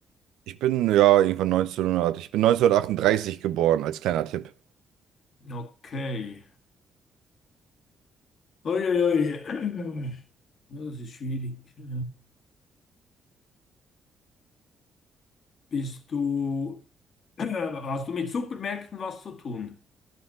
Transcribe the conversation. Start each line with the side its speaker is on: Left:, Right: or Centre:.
Right: Ich bin ja irgendwann neunzehnhundert. Ich bin neunzehnhundertachtunddreißig geboren, als kleiner Tipp.
Left: Okay. Uiuiui. <clears throat> Ja, Das ist schwierig. Äh, Bist du, <clears throat> hast du mit Supermärkten was zu tun?